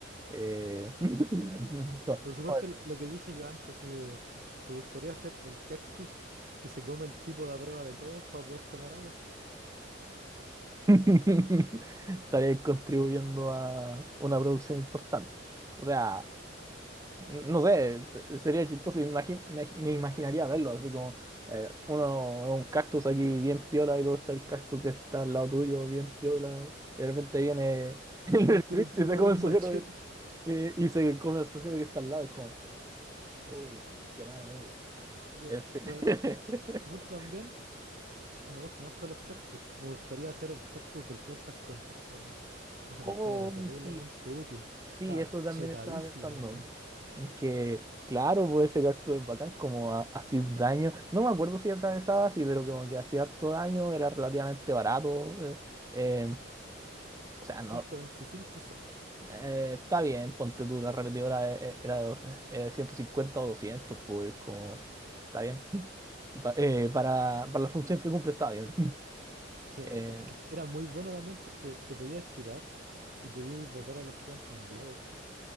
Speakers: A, on the right; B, on the right.
A: eh, <laughs> ¿cómo-
B: Pero suponte
A: cómo decir?
B: lo, lo que dije yo antes, así de, ¿te gustaría ser el cactus que se come el tipo de a prueba de todos para poder tomar agua?
A: <laughs> Estaré contribuyendo a una producción importante. O sea, No sé, se- sería chistoso, imagin- me, me imaginaría verlo, así como eh, uno un cactus aquí bien piola y luego está el cactus que está al lado tuyo bien piola y de repente viene <laughs> el
B: De repente
A: Blitz
B: era un tipo
A: y se
B: con
A: come
B: un
A: el sujeto
B: machete.
A: que- eh, y se come el sujeto que está al lado, es como, oh, qué mal amigo.
B: Eh,
A: En fin.
B: Pero
A: <laughs>
B: suponte también que me gustan harto los cactus. Me gustaría hacer el cactus del Plantas contra Zombies. Esa
A: Oh,
B: cuestión era terriblemente
A: sí,
B: útil.
A: Sí,
B: Estaba
A: eso también
B: chetadísima,
A: estaba pensando.
B: así.
A: En que, claro, puede ser acto es bacán, como ha- hacía daño. No me acuerdo si atravesaba así, pero como que hacía harto daño, era relativamente barato. eh, eh, o sea,
B: 125
A: no.
B: soles.
A: eh, está bien, ponte tú, la repetidora eh, eh, era de dos- eh, 150 o 200 pues como. Está bien. <laughs> Pa- eh, para, para la función que cumple, está bien. <laughs>
B: Que,
A: Eh,
B: esta- que era muy bueno también porque se podía estirar y podíais botar a los que iban con globos. po.